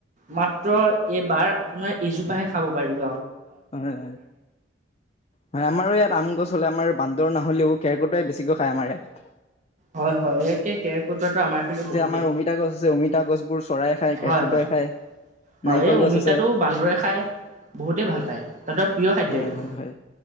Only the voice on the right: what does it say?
মাত্ৰ এইবাৰ আপোনাৰ এজোপাহে খাব পাৰিব
হয় হয় একেই কেৰেকোটোৱাটো আমাৰ ফালেও
বহুতেই
হয় হয়
হয়
এই অমিতাটো
বান্দৰে খাই বহুতেই ভাল পায় তাহঁতৰ প্ৰিয় খাদ্য
এইটো